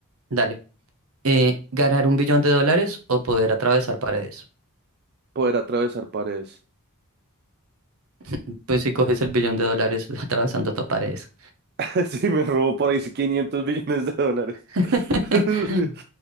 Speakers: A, on the right (about 75°); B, on the right (about 45°).
A: dale. eh, ¿ganar un billón de dólares o poder atravesar paredes? <clears throat>
B: Poder atravesar paredes.
A: <laughs> Pues si coges el billón de dólares <laughs> atravesando tus paredes.
B: <laughs> Sí, me robó por ahí 500 billones de dólares.
A: <laughs>
B: <laughs>